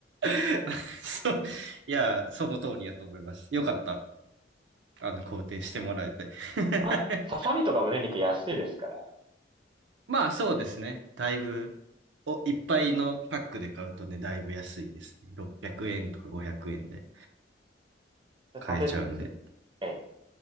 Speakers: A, on the right; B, on the right.
A: <laughs> あそう。いやー、その通りやと思います。よかった。あの、肯定してもらえて。<laughs>
B: <laughs> ささみとか胸肉安いですから、
A: まあ、そうですね。だいぶ、お、いっぱいのパックで買うとね、だいぶ安いですね。600円とか500円で
B: それ食べつつ、
A: 買えちゃうんで。
B: ええ、